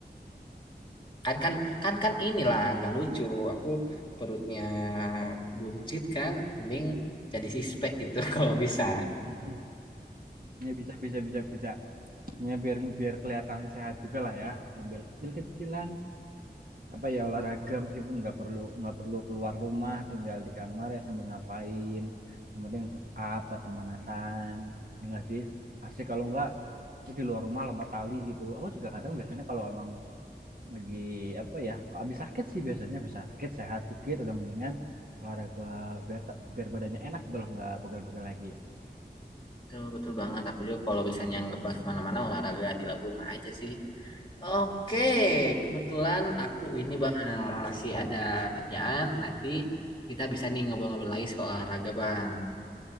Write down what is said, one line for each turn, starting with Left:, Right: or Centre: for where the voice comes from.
Left: kan kan kan kan inilah nggak lucu aku perutnya buncit kan mending jadi sixpack gitu <laughs> kalau bisa
Right: Mhm. ya bisa bisa bisa bisa ya biar biar kelihatan sehat juga lah ya sambil kecil-kecilan apa ya olahraga meskipun nggak perlu nggak perlu keluar rumah tinggal di kamar ya sambil ngapain yang penting push up buat pemanasan ya nggak sih asik kalau nggak ya di luar rumah lompat tali gitu aku juga kadang biasanya kalau emang lagi apa ya kalau habis sakit sih biasanya habis sakit sehat dikit udah mendingan olahraga biar ta- biar badannya enak gitu loh nggak pegal-pegal lagi
Left: Betul, betul banget. Aku juga kalau misalnya nggak pas kemana-mana olahraga di lab rumah aja sih. Oke, kebetulan aku ini bang masih ada kerjaan. Nanti kita bisa nih ngobrol-ngobrol lagi soal olahraga bang.